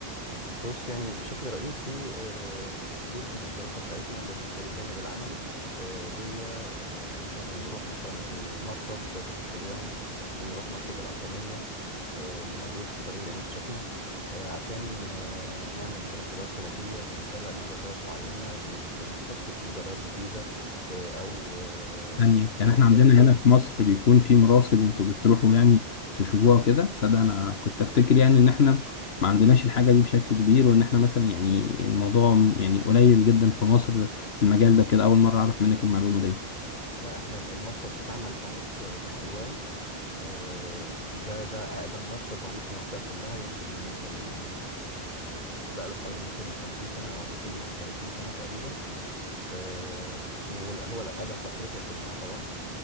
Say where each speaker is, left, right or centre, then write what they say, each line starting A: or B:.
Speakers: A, on the left; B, on the left.
A: بص يعني بشكل رئيسي آه، جزء من الدراسة بتاعتنا لل- للجانب العملي آه، هي آه، ان احنا بنروح مثلا المرصد بتاع حلوان بنروح مرصد القطامية آه، اللي موجود في طريق العين السخنة آه، عشان آه، نعمل رصادات فلكية بنتابع مجرات معينة بنك- بنستكشف مجرات جديدة آه، او آه،
B: تانية
A: يعني
B: يعني احنا عندنا
A: زي ما بيقولوا
B: هنا في مصر بيكون في مراصد انتوا بتروحوا يعني تشوفوها كده تصدق انا كنت افتكر يعني ان احنا ما عندناش الحاجة دي بشكل كبير وان احنا مثلا يعني الموضوع م- يعني قليل جدا في مصر في المجال ده كده اول مرة اعرف منك المعلومة دي
A: لا احنا المرصد بتاعنا اللي موجود في في حلوان آه، ده ده أقدم مرصد موجود في المنطقة كلها يمكن كان آه، بقى له حوالي 250 سنة أو 230 سنة تقريبا آه، وال- هو الأقدم في أفريقيا كلها طبعا